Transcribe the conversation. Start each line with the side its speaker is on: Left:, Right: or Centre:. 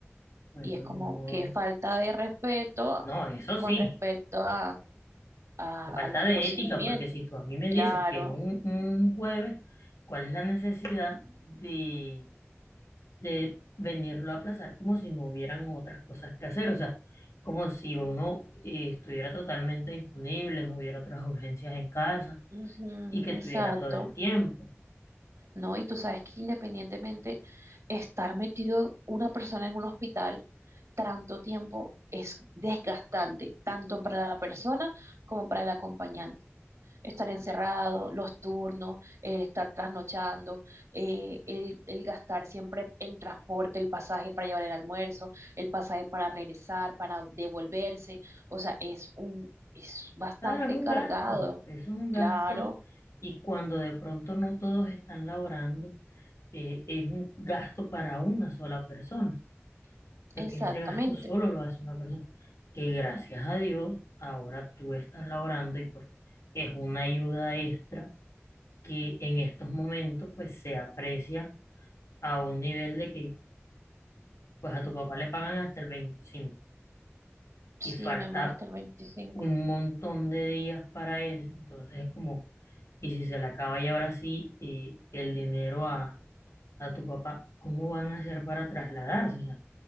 Left: bueno,
Right: Y es como
Left: ni modo.
Right: que falta de respeto
Left: No, eso
Right: con
Left: sí,
Right: respecto a, a,
Left: que falta
Right: a los
Left: de
Right: procedimientos.
Left: ética, porque si tú a mí me
Right: Claro,
Left: dices que es un, un jueves, ¿cuál es la necesidad de, de venirlo a aplazar como si no hubieran otras cosas que hacer? O sea, como si uno eh, estuviera totalmente disponible, no hubiera otras urgencias en casa
Right: ujú,
Left: y que tuviera
Right: exacto.
Left: todo el tiempo.
Right: ¿no? Y tú sabes que independientemente estar metido una persona en un hospital tanto tiempo es desgastante, tanto para la persona como para el acompañante. Estar encerrado, los turnos, el estar trasnochando, eh, el, el gastar siempre el transporte, el pasaje para llevar el almuerzo, el pasaje para regresar, para devolverse. O sea, es un, es bastante
Left: Claro, es un
Right: cargado,
Left: gasto, eso es un
Right: claro,
Left: gasto y cuando de pronto no todos están laborando, eh, es un gasto para una sola persona, porque
Right: exactamente.
Left: ese gasto solo lo hace una persona, que gracias a Dios ahora tú estás laborando y pues es una ayuda extra que en estos momentos pues se aprecia a un nivel de que pues a tu papá le pagan hasta el 25
Right: Sí,
Left: y falta
Right: mi amor, hasta el veinticinco,
Left: un montón de días para eso, entonces es como Y si se le acaba y ahora sí eh, el dinero a, a tu papá, ¿cómo van a hacer para trasladarse? O sea,